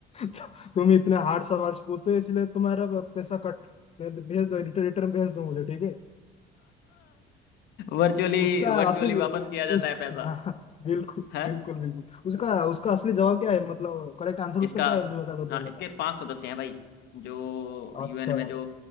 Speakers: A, on the left (about 35°); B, on the left (about 75°).
A: तो तुम इतने हार्ड सवाल पूछते हो इसलिए तुम्हारा पैसा कट भेज भेज दो रिटर्न रिटर्न भेज दो मुझे ठीक है
B: वर्चुअली
A: उसका
B: वर्चुअली
A: असली
B: वापस किया जाता
A: उस
B: है पैसा
A: हाँ, हाँ, बिल्कुल
B: है
A: बिल्कुल बिल्कुल उसका उसका असली जवाब क्या है मतलब करेक्ट आंसर
B: इसका
A: उसका क्या है मुझे बता दो
B: हाँ
A: पहले
B: इसके पांच सदस्य हैं भाई जो यूएन
A: अच्छा
B: में जो